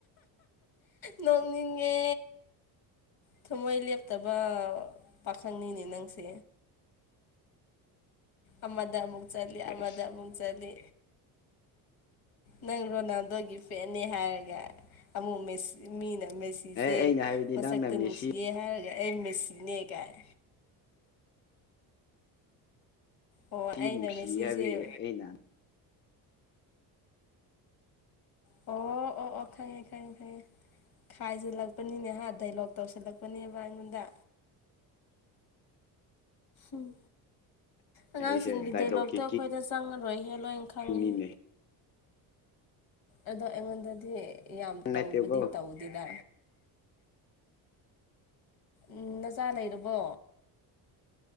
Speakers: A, on the left (about 65°); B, on the left (about 30°).
A: ꯅꯣꯛꯣꯡꯅꯤꯤꯡꯒꯦ ꯊꯃꯣꯏ ꯂꯦꯞꯇꯕ ꯄꯥꯈꯪꯅꯤꯅꯦ ꯅꯪꯁꯦ ꯑꯃꯗꯃꯨꯛ ꯆꯂꯤ
B: ꯑꯦ
A: ꯑꯗꯃꯨꯛ ꯆꯂꯤ
B: <unintelligible>
A: ꯅꯪ ꯔꯣꯅꯥꯜꯗꯣꯒꯤ ꯐꯦꯦ ꯍꯥꯏꯔꯒ ꯑꯃꯨꯛꯁꯤ ꯃꯤꯅ ꯃꯦꯁꯤꯁꯦ
B: ꯑꯩꯅ ꯍꯥꯏꯕꯗꯤ
A: ꯃꯁꯛꯇ
B: ꯅꯪꯅ ꯃꯦꯁꯤ
A: ꯅꯨꯡꯁꯤꯌꯦꯦ ꯍꯥꯏꯔꯒ ꯑꯩ ꯃꯦꯁꯤꯅꯦꯒꯥꯏ ꯑꯣ ꯑꯩꯅ
B: ꯁꯤ ꯅꯨꯡꯁꯤ
A: ꯃꯦꯁꯤꯁꯦ
B: ꯍꯥꯏꯕ ꯑꯩꯅ <unintelligible>
A: ꯑꯣ ꯑꯣ ꯑꯣ ꯈꯪꯉꯦ ꯈꯪꯉꯦ ꯈꯪꯉꯦ ꯈꯥꯏꯖꯤꯜꯂꯛꯄꯅꯤꯅꯦ ꯑ ꯗꯥꯏꯂꯣꯛ ꯇꯧꯁꯤꯜꯂꯛꯄꯅꯦ ꯕꯥꯗ ꯎꯝ ꯑꯉꯥꯡꯁꯤꯡꯒꯤ
B: ꯑꯩꯁꯦ ꯗꯥꯏꯂꯣꯛꯀꯤ
A: ꯗꯥꯏꯂꯣꯛꯇꯣ ꯑꯩꯈꯣꯏꯗ ꯆꯪꯉꯔꯣꯏ ꯍꯦꯜꯂꯣꯏꯅ ꯈꯪꯉꯦ
B: ꯀꯤꯡꯅꯤꯅꯦ
A: ꯑꯗ ꯑꯩꯉꯣꯟꯗꯗꯤ ꯌꯥꯝ
B: ꯅꯪ
A: ꯇꯧꯕꯗꯤ
B: ꯅꯠꯇꯦꯀꯣ
A: ꯇꯧꯗꯦꯗ ꯎꯝ ꯅꯆꯥꯥ ꯂꯩꯔꯕꯣ